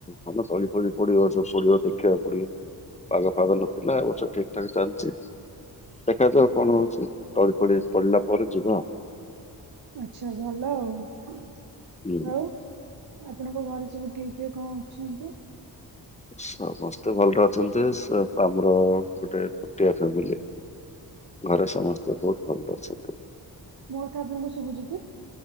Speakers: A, on the left (about 15°); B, on the right (about 60°).
A: ଧାନ ତଳି ପଳି ପଡ଼ିବ ସବୁ ପଡ଼ିବ ଦେଖିବାକୁ ପଡ଼ିବ ପାଗ ଫାଗ ନଥିଲା <unintelligible> ଠିକ୍ ଠାକ୍ ଚାଲିଛି। ଦେଖାଯାଉ କଣ ହଉଛି ତଳି ପଳି ପଡ଼ିଲା ପରେ ଯିବା।
B: ଆଚ୍ଛା ଭଲ ଆଉ
A: ହୁଁ
B: ଆପଣ ଙ୍କ ଘରେ ସବୁ କିଏ କିଏ କଣ ଅଛନ୍ତି?
A: ସମସ୍ତେ ଭଲରେ ଅଛନ୍ତି ଆମର ଗୋଟେ ଛୋଟିଆ ଫ୍ୟାମିଲି। ଘରେ ସମସ୍ତେ ବହୁତ୍ ଭଲ ରେ ଅଛନ୍ତି।
B: ମୋ କଥା ଆପଣଙ୍କୁ ଶୁଭୁଛି କି?